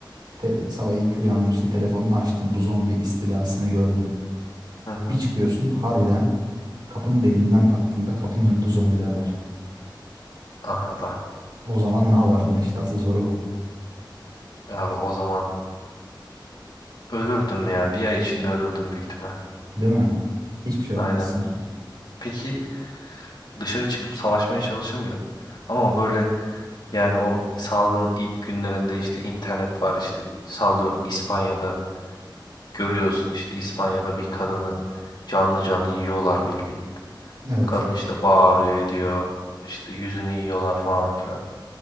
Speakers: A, on the right (about 60°); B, on the left (about 60°).
A: Te- sabah ilk uyandın işte telefonunu açtın. Bu zombi istilasını gördün.
B: Hı hı.
A: Bir çıkıyorsun harbiden kapının deliğinden baktığında kapının önünde zombiler var.
B: Aha da.
A: O zaman ne yapardın işte asıl soru bu.
B: Abi o zaman ölürdüm ya. Bir ay içinde ölürdüm büyük ihtimal.
A: Değil mi? Hiçbir şey
B: Aynen.
A: yapamazsın ki.
B: Peki dışarı çıkıp savaşmaya çalışır mıydın? Ama böyle yani o salgının ilk günlerinde işte internet var işte sallıyorum İspanya'da Görüyorsun işte İspanya'da bir kadını canlı canlı yiyorlar bildiğin.
A: Evet.
B: Kadın işte bağırıyor ediyor. İşte yüzünü yiyorlar falan filan.